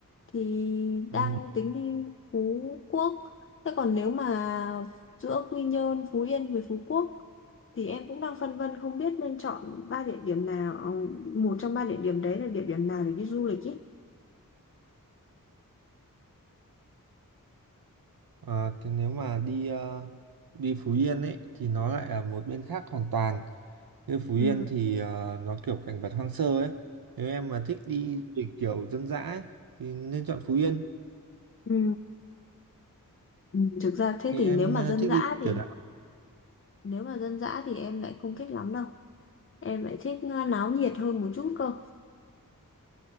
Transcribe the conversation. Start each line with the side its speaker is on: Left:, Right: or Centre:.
Left: thì
Right: Ừ.
Left: đang tính đi Phú Quốc. Thế còn nếu mà giữa Quy Nhơn, Phú Yên với Phú Quốc thì em cũng đang phân vân không biết nên chọn ba địa điểm nào, ờ, một trong ba địa điểm đấy là địa điểm nào để đi du lịch ý.
Right: À, thế nếu mà đi ờ, đi Phú Yên ấy thì nó lại là một bên khác hoàn toàn. Như Phú
Left: Ừ.
Right: Yên thì ờ, nó kiểu cảnh vật hoang sơ ấy. Nếu em mà thích đi du lịch kiểu dân dã ấy thì nên chọn Phú Yên.
Left: Ừ. Ừ. Thực ra thế
Right: Thì
Left: thì
Right: em
Left: nếu mà
Right: ờ,
Left: dân
Right: thích
Left: dã
Right: đi
Left: thì
Right: kiểu
Left: nếu mà dân dã thì em lại không thích lắm đâu. Em lại thích ờ, náo nhiệt hơn một chút cơ.